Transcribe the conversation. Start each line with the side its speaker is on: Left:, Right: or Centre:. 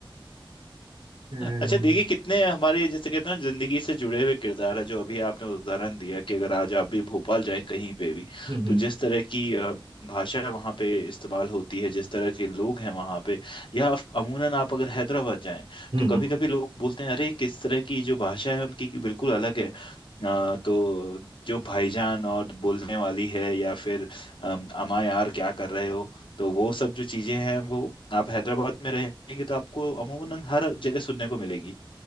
Right: हम्म
Left: अच्छा देखिए कितने हमारे जैसे कहते हैं ना जिंदगी से जुड़े हुए किरदार है जो अभी आपने उदाहरण दिया कि अगर आज आप भी भोपाल जाएं कहीं पे भी
Right: हम्म
Left: तो जिस तरह की अ, भाषा वहाँ पे इस्तेमाल होती है जिस तरह के लोग हैं वहाँ पे या आप- अमूनन आप अगर हैदराबाद जाएं
Right: हम्म
Left: तो कभी
Right: हम्म।
Left: कभी लोग बोलते हैं अरे किस तरह की जो भाषा है उनकी की बिल्कुल अलग है अ, तो जो भाईजान और बोलने वाली है या फिर अम, अमा यार क्या कर रहे हो तो वो सब जो चीजें हैं वो आप हैदराबाद में रहेंगे तो आपको अमूमन हर जगह सुनने को मिलेंगी